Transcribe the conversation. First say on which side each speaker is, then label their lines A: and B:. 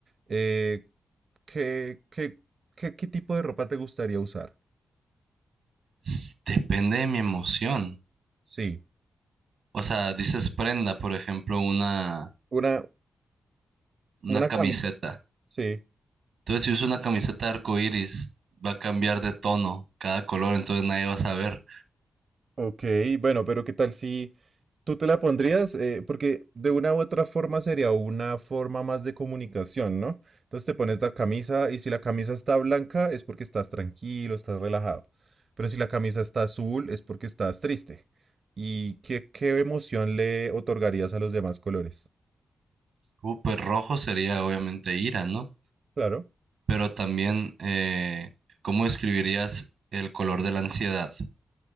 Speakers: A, on the right; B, on the right.
A: eh, ¿qué, qué, qué, qué tipo de ropa te gustaría usar?
B: S- Depende de mi emoción.
A: Sí,
B: O sea, dices prenda, por ejemplo, una,
A: una,
B: una
A: una
B: camiseta.
A: camisa. Sí.
B: Entonces, si uso una camiseta de arco iris, va a cambiar de tono cada color, entonces nadie va a saber.
A: Ok, bueno, pero ¿qué tal si... ¿Tú te la pondrías? Eh, porque de una u otra forma sería una forma más de comunicación, ¿no? Entonces te pones la camisa y si la camisa está blanca es porque estás tranquilo, estás relajado. Pero si la camisa está azul es porque estás triste. ¿Y qué, qué emoción le otorgarías a los demás colores?
B: Uh, pues rojo sería obviamente ira, ¿no?
A: Claro.
B: Pero también, eh, ¿cómo describirías el color de la ansiedad?